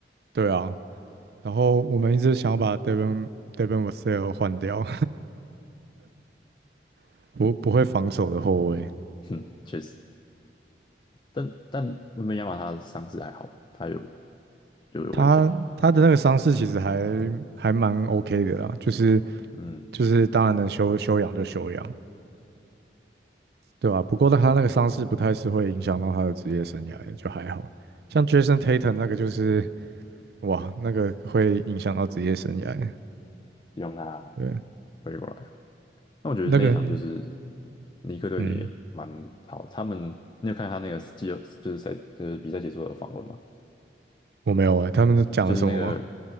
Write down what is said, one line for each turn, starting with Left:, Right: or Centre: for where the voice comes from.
Right: 对啊。然后我们一直想要把 Devin Devin Vassell 换掉，<laughs> 不不会防守的后卫。
Left: 嗯，确实，但但温本亚马他的伤势还好吧？他有就有危险嘛？
Right: 他他的那个伤势其实还还蛮 OK 的啦，就是
Left: 嗯，
Right: 就是当然能休休养就休养，对吧、不过他那个伤势不太是会影响到他的职业生涯的，就还好。像 Jason Tatum 那个就是哇，那个会影响到职业生涯，
Left: 希望他
Right: 对。
Left: 回过来啊。那我觉得那一场就是
Right: 那个
Left: 尼克队的也蛮好，
Right: 嗯，
Left: 他们你有看他那个季后就是赛就是比赛结束的访问吗？
Right: 我没有哎、他们讲了什么吗？
Left: 就是那个